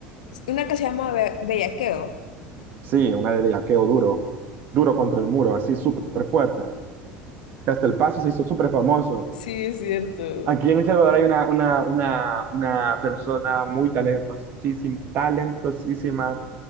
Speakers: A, on the left; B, on the right.
A: es una que se llama Be- Bellaqueo.
B: Sí, una de bellaqueo duro, duro contra el muro, así súper fuerte. que Hasta el paso se hizo súper famoso.
A: Sí, es cierto.
B: Aquí
A: <laughs>
B: en El Salvador hay una, una, una, una persona muy talentosísima, talentosísima